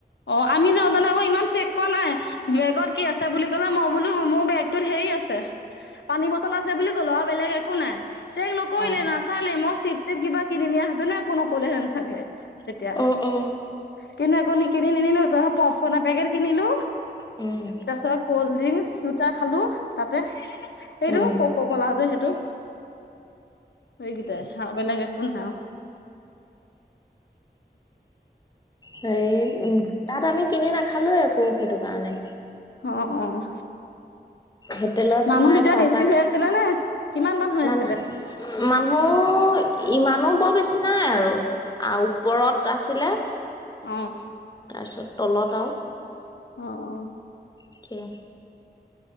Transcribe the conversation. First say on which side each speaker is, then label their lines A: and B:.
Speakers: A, on the left; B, on the left.
A: অ' আমি যাওঁ তানে আকৌ ইমান চেক ক নাই, বেগত কি আছে বুলি ক'লে মই বোলো মোৰ বেগটোত হেৰি আছে। পানী বটল আছে বুলি কলো আৰু বেলেগ একো নাই, চেক নকৰিলে
B: আৰু অ
A: না চালে মই চিপ-টিপ কিবা কিনি নিয়া হঁতনে একো নক'লেহেন চাগে তেতিয়া।
B: অ অ
A: কিনো একো নিকিনি নিনিলো পপকৰ্ন এপেকেট কিনিলো।
B: উম।
A: তাৰ পাছত কল্ড ড্ৰিংকচ দুটা খালো তাতে সেইটো
B: উম
A: কক' ক'লা যে সেইটো। এইকেইটাই হা বেলেগ একো নাই।
B: হেৰি উম, তাত আমি কিনি নাখালো আকৌ সেইটো কাৰণে।
A: অ, অ।
B: হোটেলত
A: মানুহ
B: সোমাই
A: তেতিয়া
B: চাহ
A: বেছি
B: তাহ
A: হৈ আছিলে নে কিমান মানুহ হৈ
B: মান
A: আছিলে?
B: মানুহ ইমানো বৰ বেছি নাই আৰু আ ওপৰত আছিলে।
A: অহ।
B: তাৰপিছত তলত আৰু।
A: অ অ।
B: <inaudible>